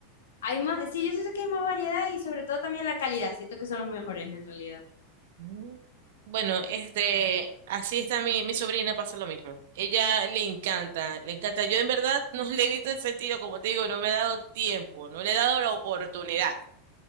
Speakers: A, on the left; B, on the right.
A: Hay más, sí, yo siento que hay más variedad y sobre todo también la calidad. Siento que son los mejores en realidad.
B: Mm. Bueno, este, así está mi, mi sobrina, pasa lo mismo. Ella le encanta, le encanta. Yo en verdad no <laughs> le he visto el sentido, como te digo, no me he dado tiempo, no le he dado la oportunidad <laughs>